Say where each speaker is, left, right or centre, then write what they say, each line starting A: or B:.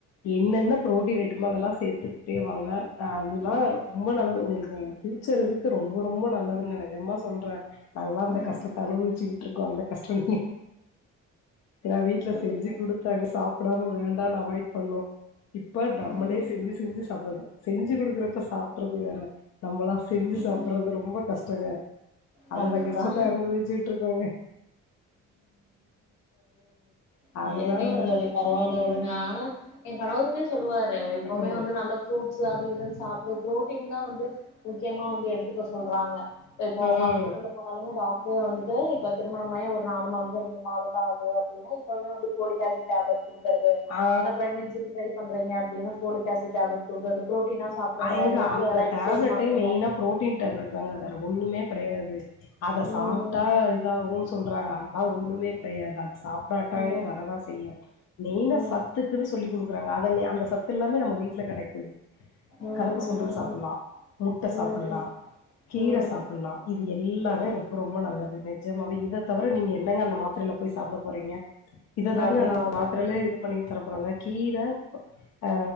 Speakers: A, on the left; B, on the left.
A: என்னென்ன புரோட்டின் ஐட்டமோ அதெல்லா சேத்துக்கிட்டே வாங்க அதெல்லா
B: ம்
A: ரொ ம்ப நல்லது உங்களுக்கு ஃபியூச்சர் இதுக்கு ரொம்ப ரொம்ப நல்லதுங்க நெஜம்மா சொல்றெ நாங்கல்லா அந்த
B: ம்
A: கஷ்டத்த அனுபவிச்சுக்கிட்ருக்கோ அந்த கஷ்ட <inaudible> <unintelligible> வீட்ல
B: புரியுது
A: செஞ்சி குடுத்தாங்க சாப் க்டாம் வேண்டான்னு அவாய்ட் பண்ணோ இப்ப டம்மளே
B: ம்
A: செஞ்சு செஞ்சு சாப்படணு செஞ்சு குடுக்குறப்ப சாப் ட்றது வேற நம்மல்லா செஞ்சி சாப்பறது
B: ம்
A: ரொம்ப கஷ்டங்க
B: கண்டிப்பா
A: அந்த கஷ்டத்தை அனுபவிச்சிட்டு இருக்கங்க ஆ
B: சேறிங்
A: அதனால
B: தோழி பரவால்ல
A: ம்
B: விடுங்க ஆனா எ கணவுருமே சொல்லுவார் அ இப்பவுமே
A: ம்
B: வந்து நல்ல ஃப்ரூட் ட்சு அது இது சாப்டு ப்ரோட்டீன் தா வந்து முக்கியமா வந்து எடுத்துக்க சொல்றாங்க இப்போ
A: ம்
B: ஹாஸ்பிட்டல்ல போனாலுமே டாக் து வந்துட்டு இப்ப திருமணமாய் ஒரு நாலு மாத நால நாள்த ஆகுது அப்டின்னா இப்பவே வந்துட்டு ஃபோலிகேசி டேப்லெட் டுக்கிறது
A: ஆ
B: அப்ற ஏந்திக்க ட்ரை பண் ப்ரங்யாரிட்டி ஃபோலிக்ஆசிட் டேப்லெட் குடுக்கறது புரோட்டீனா சாப்டுங்க
A: ஐங்க எங்க
B: ஹெல்த்
A: அந்த
B: லைஃப்
A: டேப்லெட்டே
B: ஸ்டைல் மாத்துங்க
A: மெய்னா ப்ரோட்டீன் டேப்லெட் தாங்க வேற ஒண்ணுமே கெடையாது அத
B: ம்
A: சாப்ட்டா இதாகு சொல்றாங்க அதலா ஒண்ணுமே டையாதா சாப்டாடாயு
B: ம்
A: வரதா செய்யு மெய்னா
B: ம்
A: சத்துக்குனு சொல்லி குடு ப்புறாங்க அத அந்த சத்தெல்லாமே நம்ம வீட்ல கெடைக்குது
B: ம்
A: கருப்பு சுண்டல் சாப்புலா முட்டை சாப்புலா
B: ம்
A: கீர
B: ம்
A: சாப்புலா இது எல்லாமே
B: ம்
A: ரொம்ப ரொம்ப நல்லது நிஜமவே இத தவிர நீங்க என்னங்க அந்த மாத்ரல போய் சாப்ட போறீங்க இததாங்க
B: அதுதா
A: அந்த
B: அதுதா
A: மாத்ரல இது பண்ணி தரப்போறாங்க கீர ப் அ